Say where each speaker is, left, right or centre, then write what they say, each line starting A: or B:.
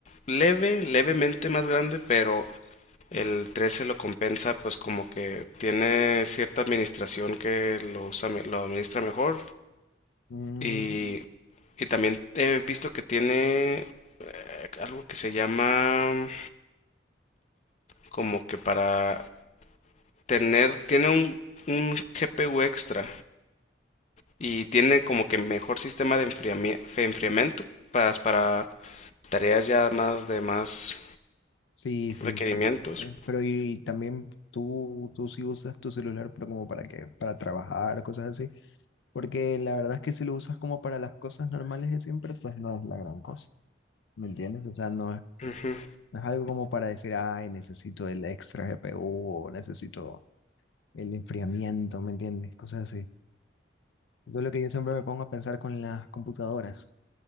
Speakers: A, on the left; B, on the left.
A: leve, levemente más grande, pero el 13 lo compensa, pues como que tiene cierta administración que lo usa, me- lo administra mejor.
B: Mm,
A: Y, y también he visto que tiene eh, algo que se llama como que para tener, tiene un, un GPU extra y tiene como que mejor sistema de enfriami- fe- enfriamiento pas- para, tareas ya más de más
B: Sí, sí,
A: requerimientos.
B: sí. sí. Eh, Pero y también tú, tú sí usas tu celular, pero como para qué, para trabajar, cosas así. Porque la verdad es que si lo usas como para las cosas normales de siempre, pues no es la gran cosa. ¿Me entiendes? O sea, no es,
A: Ujú,
B: no es algo como para decir, ay, necesito el extra GPU o necesito el enfriamiento, ¿me entiendes? Cosas así. Eso es lo que yo siempre me pongo a pensar con las computadoras.